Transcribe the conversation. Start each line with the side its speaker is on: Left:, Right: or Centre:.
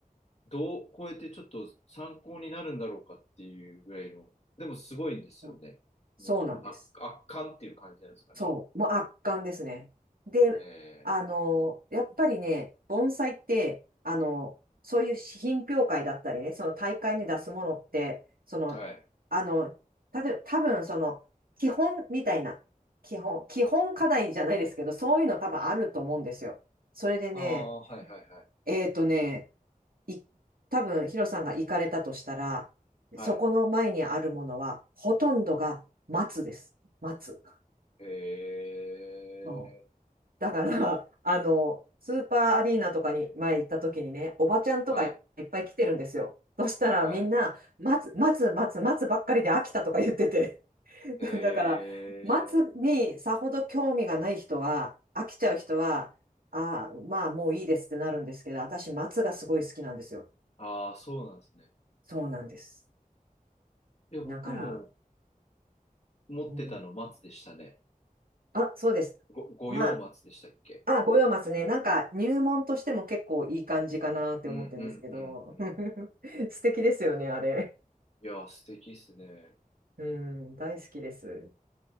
Left: どう超えてちょっと参考になるんだろうかっていうぐらいの。でもすごいんですよね。
Right: そうそうなんです。
Left: もうその圧、圧巻っていう感じなんですかね。
Right: そう、もう圧巻ですね。で、
Left: え
Right: あの、やっぱりね、盆栽って、あの、そういう品評会だったりね、その大会に出すものって、その、
Left: え、はい。
Right: あの、たと多分その、基本みたいな、基本、基本課題じゃないですけど、そういうの多分あると思うんですよ。それでね、
Left: ああ、はいはいはい。
Right: えっとね、い、多分ヒロさんが行かれたとしたら、
Left: はい。
Right: そこの前にあるものは、ほとんどが松です。松。
Left: え
Right: うん
Left: え、
Right: だから、あの、スーパーアリーナとかに前行った時にね、おばちゃんとかいっぱい来てるんですよ。
Left: はい、
Right: そしたらみんな、
Left: はい。
Right: 待つ、待つ、待つ、待つばっかりで飽きたとか言ってて。<laughs>
Left: え
Right: だから、待つにさほど興味がない人は、
Left: え、
Right: 飽きちゃう人は、ああ、まあもういいですってなるんですけど、私、松がすごい好きなんですよ。
Left: ああ、そうなんですね。
Right: そうなんです。
Left: いや、僕も
Right: だから、
Left: 持ってたの松でしたね。
Right: うん。あ、そうです。
Left: ご、
Right: まあ、
Left: 五葉松でしたっけ
Right: あ、五葉松ね。なんか入門としても結構いい感じかなって思ってるんですけど。
Left: うん、うん、うん、うん。
Right: <laughs> 素敵ですよね、あれ。
Left: いやー、素敵っすね。
Right: うん、大好きです。